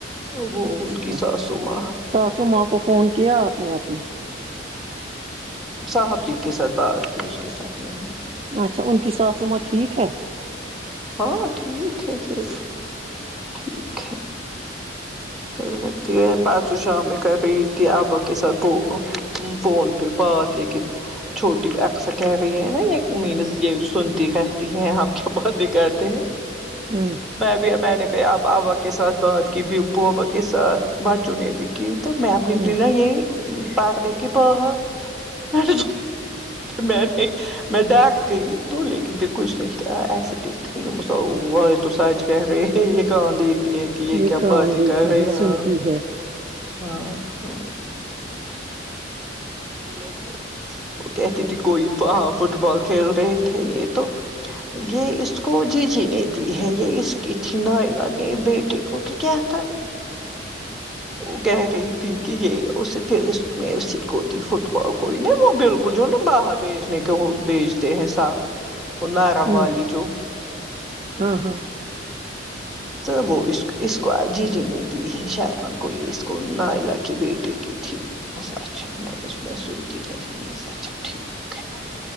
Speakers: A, in the centre; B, on the right.
A: وہ
B: اچھا
A: ان کی ساسوں ماں
B: ساسو ماں کو فون کیا آپ نے اپنے
A: صاحب جی کے ساتھ بات کی اس کے ساتھ نہیں
B: اچا ان کی ساسوں ماں ٹھیک ہے
A: ہاں ٹھیک ہے پھر ٹھیک ہے ٹھیک ہے پرسو شام میں کر ت آبا کے ساتھ فون بات لیکن چھوٹی اکثر کہہ رہی ہے نا یے مینس یے سنتی رہتی ہے ہم کیا باتیں کرتے ہیں
B: ہاں
A: بھ میں نے بھی اب ابا کے ساتھ بات کی بابا کے ساتھ بچوں نے بھی کی تو اب میں نکلی
B: ہوں
A: نا یہی پاردے کہ بہا میں نے <unintelligible> میں ڈر گئی تو لیکن <unintelligible> تو سچ کہہ رہے ہے یے کہا دیک یے ہے کی یے
B: یہ
A: کیا
B: کان
A: باتیں
B: دیتی
A: کر رے
B: ہے
A: ہاں
B: سنتی ہے
A: ہاں ہاں وہ کہتی تھی کوئی ہاں فٹ بال کھیل رہے تھے یے تو یے اس کو جی جی نے دی ہے یے اس کی تھی نائلا نے بیٹے کو کی کیا تھا وہ کہہ رہی تھی کی یے اس پھر اس نے اسی کو دی فٹ بال کوئی نا وہ بالکل کل جو نا باہر بیجنے کے وہ بیچتے ہیں سب وہ نارم
B: ہوں
A: والی جو
B: ہاں ہاں
A: تو وہ اس اس کو جی جی نے دی ہے شایان کو یے اس کو نائلا کی بیٹی کی تھی بس اچھا میں نے سنا سنتی رہو بس اچھا ٹھیک ہے